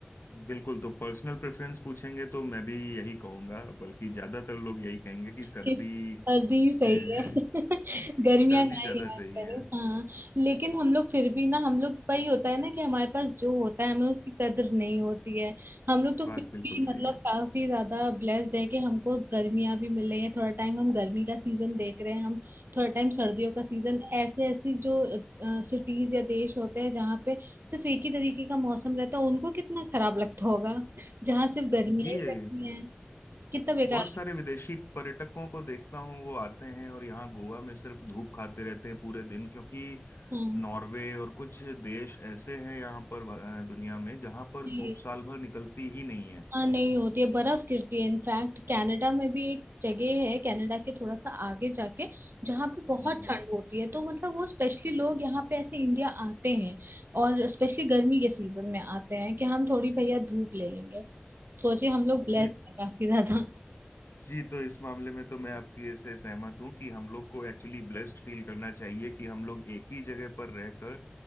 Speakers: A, on the left; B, on the right.
A: बिल्कुल तो पर्सनल प्रेफरेंस पूछेंगे तो मैं भी यही कहूंगा बल्कि ज्यादातर लोग यही कहेंगे कि सर्दी
B: किस सर्दी ही सही
A: ए, ज-
B: है <laughs> गर्मियां
A: सर्दी
B: ना ही
A: ज्यादा
B: आया
A: सही
B: करे
A: है
B: हाँ लेकिन हम लोग फिर भी ना हम लोग वही होता है ना कि हमारे पास जो होता है हमें उसकी कदर नहीं होती है हम लोग तो
A: बात
B: फिर
A: बिल्कुल
B: भी मतलब
A: सही है
B: काफी ज्यादा ब्लेस्ड है कि हमको गर्मियां भी मिल रही हैं थोड़ा टाइम हम गर्मी का सीजन देख रहे हैं हम थोड़ा टाइम सर्दियों का सीजन ऐसे ऐसे जो सिटीज या देश होते हैं जहाँ पे सिर्फ एक ही तरीके का मौसम रहता है उनको कितना खराब लगता होगा जहाँ सिर्फ गर्मियां
A: जी
B: ही
A: ये
B: रहती हैं कितना बेकार
A: बहुत सारे विदेशी पर्यटकों को देखता हूँ वो आते हैं और यहाँ गोवा में सिर्फ धूप खाते रहते हैं पूरे दिन क्योंकि
B: हाँ
A: नॉर्वे और कुछ देश ऐसे हैं यहाँ पर अ, दुनिया में जहाँ पर
B: जी
A: धूप साल भर निकलती ही नहीं है
B: हाँ नहीं होती है बर्फ गिरती है इनफैक्ट कनाडा में भी एक जगह है कनाडा के थोड़ा सा आगे जाके जहाँ पे बहुत
A: हम्म,
B: ठंड होती है तो मतलब वो स्पेशली लोग यहाँ पे ऐसे इंडिया आते हैं और स्पेशली गर्मी के सीजन में आते हैं कि हम थोड़ी भैया धूप ले लेंगे सोचिए हम लोग ब्लेस्ड
A: जी
B: हैं काफी ज्यादा
A: जी तो इस मामले में तो मैं आपकी से सहमत हूँ कि हम लोग को एक्चुअली ब्लेस्ड फील करना चाहिए कि हम लोग एक ही जगह पर रहकर